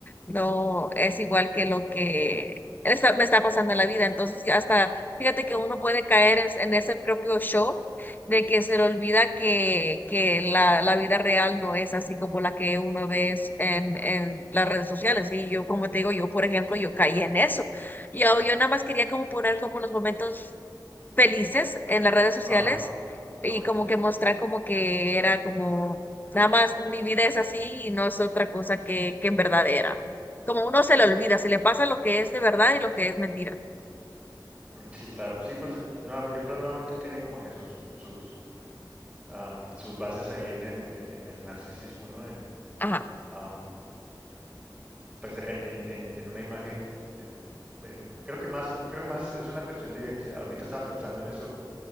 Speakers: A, on the left; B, on the right.
A: no es igual que lo que está- me está pasando en la vida. Entonces, ya hasta, fíjate que uno puede caer en, en ese propio show de que se le olvida que, que la, la vida real no es así como la que uno ve en, en las redes sociales. Y yo, como te digo, yo, por ejemplo, yo caí en eso. Yo, yo nada más quería como poner como los momentos felices en las redes sociales
B: Ajá,
A: y
B: ok.
A: como que mostrar como que era como, nada más mi vida es así y no es otra cosa que, que en verdad era. Como uno se le olvida, se le pasa lo que es de verdad y lo que es mentira.
B: Mm, Sí, claro. Sí, pues nueva- yo creo nuevamente tiene como que sus, sus um, sus bases ahí en, en, en, el narcisismo, ¿no? En,
A: Ajá,
B: um, pues en, en, en una imagen, en, en, creo que más, creo más es una cuestión de identidad. Ahorita estaba pensando en eso,